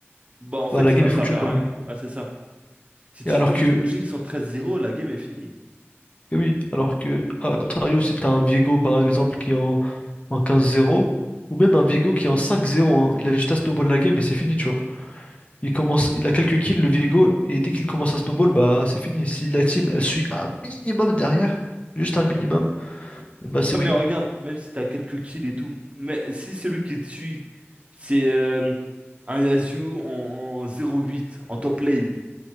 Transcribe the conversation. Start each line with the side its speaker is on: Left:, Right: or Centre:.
Right: bah en fait,
Left: Bah, la
Right: il
Left: game
Right: va
Left: est
Right: servir
Left: foutue, quoi.
Right: à rien. Ouais, c'est ça. Si tu
Left: Et alors
Right: tombes
Left: que,
Right: sur une Jinx en 13-0, la game est finie.
Left: et oui, alors que, à contrario, si t'as un Viego, par exemple, qui est en, en 15-0, ou même un Viego qui est en 5-0, hein, il a juste à snowball la game et c'est fini, tu vois. Il commence, il a quelques kills, le Viego, et dès qu'il commence à snowball, bah, c'est fini. Si la team, elle suit un minimum derrière, juste un
Right: Ouais.
Left: minimum, bah, c'est
Right: Ouais,
Left: win.
Right: mais regarde, même si t'as quelques kills et tout, mais si celui qui te suit, c'est euh, un Yasuo en, en 0-8, en top lane,